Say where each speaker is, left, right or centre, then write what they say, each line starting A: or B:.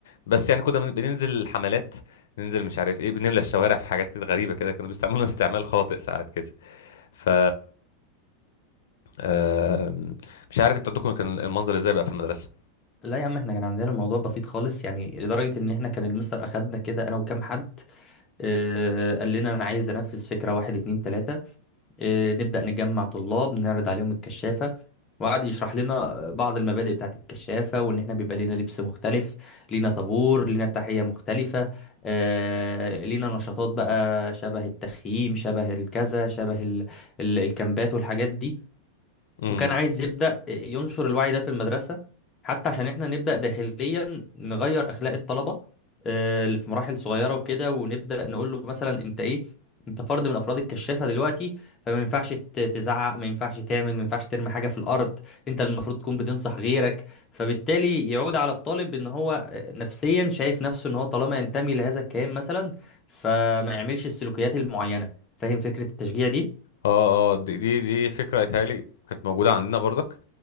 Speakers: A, on the left (about 75°); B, on the left (about 15°).
A: بس يعني كنا بن- بننزل حملات ننزل مش عارف ايه بنملى الشوارع في حاجات غريبة كده كانوا بيستعملونا استعمال خاطئ ساعات كده ف آم، مش عارف انتوا عندكم كان المنظر ازاي بقى في المدرسة
B: لا يا عم احنا كان عندنا الموضوع بسيط خالص يعني لدرجه ان احنا كان المستر اخدنا كده انا وكام حد آه، قال لنا انا عايز انفذ فكره واحد اتنين تلاته آه، نبدا نجمع طلاب نعرض عليهم الكشافه وقعد يشرح لنا بعض المبادئ بتاعت الكشافه وان احنا بيبقى لينا لبس مختلف لينا طابور لينا التحيه مختلفه آه، لينا نشاطات بقى شبه التخييم شبه الكذا شبه ال... ال... الكامبات والحاجات دي
A: امم
B: وكان عايز يبدأ ينشر الوعي ده في المدرسة حتى عشان احنا نبدأ داخليا نغير أخلاق الطلبة آه، اللي في مراحل صغيرة وكده ونبدأ نقول له مثلا انت ايه انت فرد من افراد الكشافة دلوقتي فما ينفعش ت- تزعق ما ينفعش تعمل ما ينفعش ترمي حاجة في الأرض انت المفروض تكون بتنصح غيرك فبالتالي يعود على الطالب ان هو آه، نفسيا شايف نفسه ان هو طالما ينتمي لهذا الكيان مثلا فما يعملش السلوكيات المعينة فاهم فكرة التشجيع دي؟
A: اه اه دي دي دي فكرة اتهيألي كانت موجودة عندنا برضك